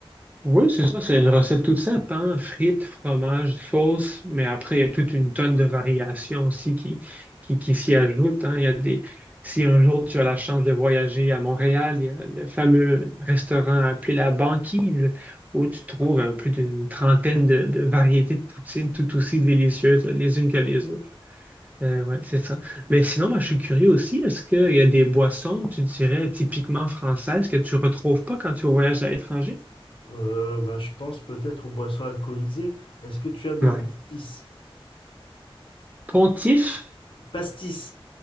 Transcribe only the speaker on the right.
Oui, c'est ça, c'est une recette toute simple, hein? Frites, fromage, sauce, mais après, il y a toute une tonne de variations aussi qui, qui, qui s'y ajoutent, hein. Il y a des... Si un jour tu as la chance de voyager à Montréal, il y a le fameux restaurant appelé La Banquise, où tu trouves euh, plus d'une trentaine de, de variétés de poutines tout aussi délicieuses les unes que les autres. Euh, ouais, c'est ça. Mais sinon, moi, je suis curieux aussi, est-ce qu'il y a des boissons, tu dirais, typiquement françaises que tu retrouves pas quand tu voyages à l'étranger?
Ouais.
Pontif?